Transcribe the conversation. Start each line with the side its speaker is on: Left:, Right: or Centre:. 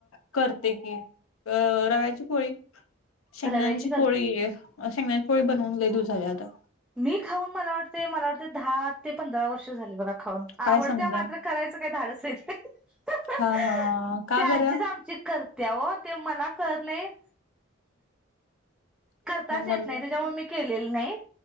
Left: करते की अ रव्याची पोळी शेंगण्यांची
Centre: रव्याची कर
Left: पोळी शेंगण्याची पोळी बनवून लई दिवस झाले आता.
Centre: मी खाऊन मला वाटतंय मला वाटतंय दहा ते पंधरा वर्ष झाली बघा खाऊन
Left: काय
Centre: आवडते
Left: सांगताय
Centre: मात्र करायच काय धाडस होईत नाही
Left: हा हा का
Centre: ते
Left: बरं
Centre: आजीच आमची करतीया ओ ते मला कळत नाही. करताच
Left: मग
Centre: येत
Left: मम्मी
Centre: नाही त्याच्यामुळे मी केलेलं नाही.